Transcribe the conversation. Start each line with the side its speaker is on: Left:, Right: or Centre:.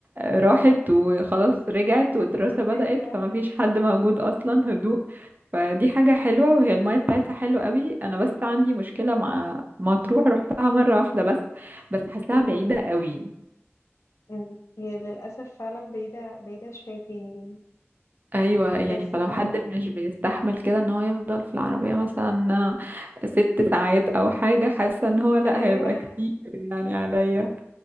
Right: راحت وخلاص رجعت والدراسة بدأت
Left: ايوه
Right: فمفيش حد موجود اصلا هدوء فدي حاجة حلوة وهي المية بتاعتها حلوة قوي انا بس عندي مشكلة مع مطروح رحتها مرة واحدة بس بس حاساها
Left: إيه.
Right: بعيدة قوي
Left: أمم. هي للاسف فعلا بعيده بعيده شويتين يعني
Right: ايوه يعني
Left: بس
Right: فلو
Left: <laughs>
Right: حد مش بيستحمل كده ان هو يفضل في العربية مثلا ست ساعات او حاجة حاسة ان هو لا
Left: ايوه
Right: هيبقى كتير يعني عليا